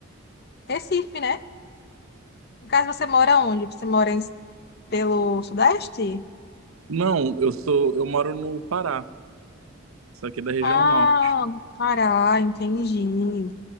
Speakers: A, on the left; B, on the right.
A: Recife, né? No caso, você mora onde? Você mora em- pelo Sudeste?
B: Não, eu sou, eu moro no Pará, só que da região
A: Ah,
B: norte.
A: no Pará, entendi.